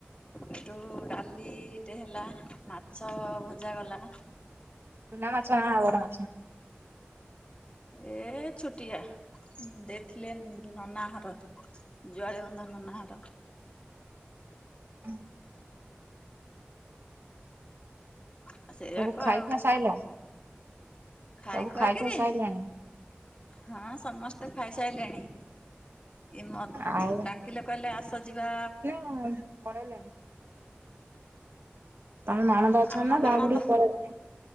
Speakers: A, on the left; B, on the right.
A: ଏଠୁ ଡାଲିଟେ ହେଲା ମାଛ ଭଜା କଲା।
B: ଚୁନା ମାଛ ନା ବଡ଼ ମାଛ?
A: ଏ ଛୁଟିଆ ଇଁ ଦେଇଥିଲେ ଇଁ ନନାଘର। ଜଳେ ବନ୍ଧ ନନାଘର।
B: ହୁଁ।
A: ଆଉ ସେଇରାକ
B: ଏବୁ ଖାଇ
A: ଆଉ
B: ଖୁଆ ସାଇଲ।
A: ଖାଇ
B: ସବୁ
A: ଖୁଆକିରି
B: ଖୁଆ ସାଇଲାଣି?
A: ହଁ ସମସ୍ତେ ଖାଇସାଇଲେଣି। ଇ ମତ
B: ଆଉ
A: ଡାକିଲେ କହିଲେ ଆସ ଯିବା।
B: ଅ ଉଁ ପଳେଇଲେଣି। ତମେ ନଣନ୍ଦ ଅଛ
A: ଆମ
B: ନା
A: ନଣନ୍ଦ
B: ବାହାଘର କୁ ପଳେଇଲଣି।